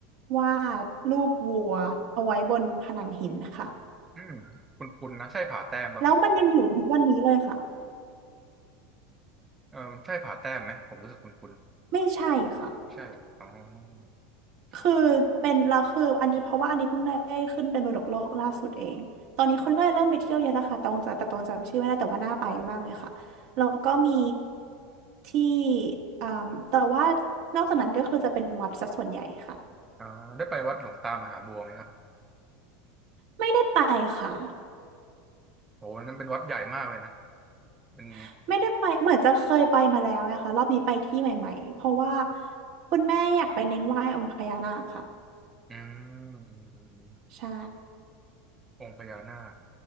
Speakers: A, on the right; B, on the right.
A: วาดรูปวัวเอาไว้บนผนังหินค่ะ
B: อืมคุณคุณนะใช่ผาแต้มป่ะครับ
A: แล้วมันยังอยู่ถึงวันนี้เลยค่ะ
B: เออมันใช่ผาแต้มไหมผมรู้สึกคุณคุณ
A: ไม่ใช่ค่ะ
B: ใช่เหรออ่าโอเค
A: คือเป็นเราคืออันนี้เพราะว่าอันนี้เพิ่งได้ขึ้นเป็นมรดกโลกล่าสุดเองตอนนี้คนก็เลยเริ่มไปเที่ยวเยอะแล้วค่ะแต่ตรงจะแต่ตรงจำชื่อไม่ได้แต่ว่าน่าไปมากเลยค่ะแล้วก็มีที่อ่าแต่ว่านอกจากนั้นก็คือจะเป็นวัดซะส่วนใหญ่ค่ะ
B: อ่าได้ไปวัดหลวงตามหาบัวไหมครับ
A: ไม่ได้ไปค่ะ
B: โหวันนั้นเป็นวัดใหญ่มากเลยนะเป็น
A: <laughs> ไม่ได้ไปเหมือนจะเคยไปมาแล้วนะคะรอบนี้ไปที่ใหม่ๆเพราะว่าคุณแม่อยากไปเน้นไหว้องค์พญานาคค่ะ
B: อืมอืมอืมอม
A: ใช่
B: องค์พญานาค